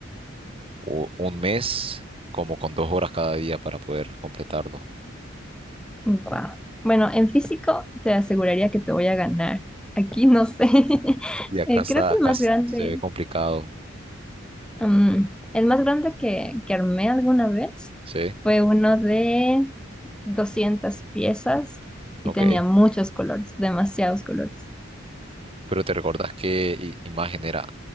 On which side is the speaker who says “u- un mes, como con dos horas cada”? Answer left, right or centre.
Right